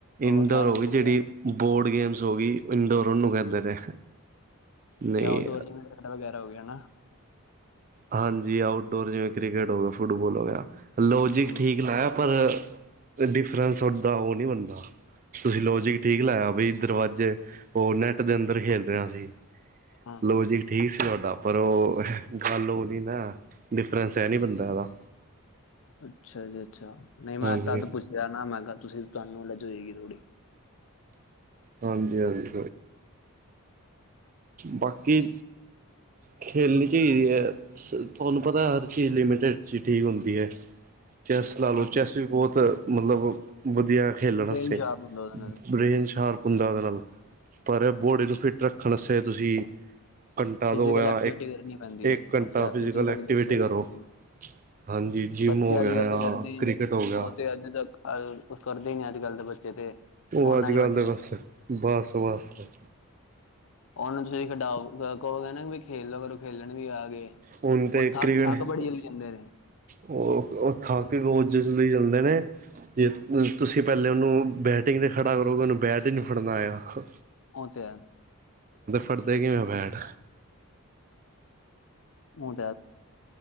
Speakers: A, on the right (about 35°); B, on the left (about 65°).
A: ਇੰਡੋਰ
B: ਉਹ ਕੈਰਮ
A: ਹੋ ਗਈ, ਜਿੜੀ
B: ਗਿਆ
A: ਬੋਰਡ ਗੇਮਸ ਹੋ ਗਈ, ਇੰਡੋਰ ਉਹਨੂੰ ਕਹਿੰਦੇ ਨੇ। ਨਹੀਂ
B: ਕਿ ਡੋਰਿੰਗਗੈ ਵਗੈਰਾ, ਹੋ ਗਿਆ ਨਾ
A: ਹਾਂਜੀ, ਆਊਟਡੋਰ, ਜਿਵੇਂ ਕ੍ਰਿਕਟ, ਹੋ ਗਿਆ ਫੁੱਟਬੋਲ, ਹੋ ਗਿਆ। ਲੋੌਜਿਕ
B: ਹੂੰ
A: ਠੀਕ ਲਾਇਆ, ਪਰ ਡਿਫਰੈਂਸ ਵਧਦਾ, ਉਹ ਨਹੀਂ ਵਧਦਾ ਤੁਸੀਂ, ਲੋਜਿਕ ਠੀਕ ਲਾਇਆ, ਬਈ ਦਰਵਾਜ਼ੇ ਉਹ ਨੈੱਟ ਦੇ ਅੰਦਰ ਖੇਲਦੇ ਹਾ, ਅਸੀਂ
B: ਹਾਂ
A: ਲੋਜਿਕ, ਠੀਕ ਸੀ ਤੁਹਾਡਾ। ਪਰ ਉਹ ਹੈਲੋ ਨੀਨਾ, ਡਿਫਰੈਂਸ ਹੈ ਨਈ ਬਣਦਾ, ਏਦਾ
B: ਅੱਛਾ, ਜੀ ਅੱਛਾ, ਨਹੀਂ
A: ਹਾਂਜੀ
B: ਮੈਂ ਤਦ ਪੁੱਛਿਆ ਨਾ ਮੈਂ ਕਿਹਾ, ਤੁਸੀਂ ਤੁਹਾਨੂੰ ਨੋਲੈਜ ਹੋਏਗੀ ਥੋੜ੍ਹੀ
A: ਹਾਂਜੀ ਹਾਂਜੀ ਬਾਕੀ, ਖੇਲਣੀ ਚਾਹੀਦੀ ਏ? ਤੁਹਾਨੂੰ ਪਤਾ, ਹਰ ਚੀਜ਼ ਲਿਮਟਿਡ ਚ, ਠੀਕ ਹੁੰਦੀ ਹੈ। ਚੈੱਸ ਲਾ ਲਓ,
B: ਹਾਂਜੀ
A: ਚੈੱਸ ਵੀ ਬਹੁਤ ਮਤਲਬ ਵਧੀਆ ਖੇਲਣ
B: ਬ੍ਰੇਨ
A: ਵਾਸਤੇ,
B: ਸ਼ਾਰਪ ਹੁੰਦਾ ਉਹਦੇ ਨਾਲ
A: ਬਰੇਨ ਸ਼ਾਰਪ, ਹੁੰਦਾ ਉਹਦੇ ਨਾਲ ਪਰ ਬੋਡੀ ਨੂੰ, ਫਿੱਟ ਰੱਖਣ ਵਾਸਤੇ, ਤੁਸੀਂ ਘੰਟਾ
B: ਫਿਜਿਕਲ,
A: ਦੋ ਜਾਂ
B: ਐਕਟਿਵ
A: ਇੱਕ
B: ਵਿਟੀ ਕਰਨੀ ਪੈਂਦੀ
A: ਇੱਕ
B: ਹੈ,
A: ਘੰਟਾ ਫਿਜ਼ੀਕਲ
B: ਫਿਰ ਜਿੰਮ
A: ਐਕਟੀਵਿਟੀ
B: ਨਈ, ਕਰਨੀ
A: ਕਰੋ
B: ਪੈਂਦੀ
A: ਹਾਂਜੀ ਜਿੰਮ
B: ਬੱਚੇ
A: ਹੋ ਗਿਆ
B: ਅੱਜ
A: ਜਾਂ
B: ਕੱਲ ਕਰਦੇ ਹੀ
A: ਕ੍ਰਿਕਟ
B: ਨਹੀਂ
A: ਹੋ ਗਿਆ
B: ਓ ਤੇ ਏਨੇ ਤੱਕ ਕੁਛ, ਕਰਦੇ ਹੀ ਨਈ, ਅੱਜ ਕੱਲ ਦੇ ਬੱਚੇ ਤੇ
A: ਉਹ,
B: ਫੋਨਾਂ
A: ਅੱਜ ਕੱਲ
B: ਚ ਵੜੇ
A: ਦੇ,
B: ਹੋਏ ਨੇ
A: ਬਸ ਬਸ ਬਸ।
B: ਉਹਨੂੰ ਤੁਸੀਂ ਖਿਡਾਓ ਕਹੋ ਕਹਿੰਗੇ ਵੀ ਖੇਲੋ ਕਰੋ ਖੇਲਣ ਗੇ ਆ ਕੇ
A: ਹੁਣ ਤੇ
B: ਉਹ ਥੱਕ
A: ਕ੍ਰਿਕਟ
B: ਥੱਕ ਬੜੀ ਜਲਦੀ ਜਾਂਦੇ ਨੇ,
A: ਉਹ ਥਕ ਰੋਜੇ ਲਈ ਚਲਦੇ ਨੇ ਜੇ ਤੁਸੀਂ ਪਹਿਲੇ ਉਹਨੂੰ, ਬੈਟਿੰਗ ਤੇ ਖੜਾ ਕਰੋਗੇ, ਉਹਨੂੰ ਬੈਟ ਹੀ ਨਹੀਂ ਫੜਨਾ, ਆਏਗਾ
B: ਉਹ, ਤੇ ਹੈ।
A: ਫੜ੍ਹਦੇ, ਕਿਵੇਂ ਨੇ ਬੈਟ?
B: ਓ <inaudible>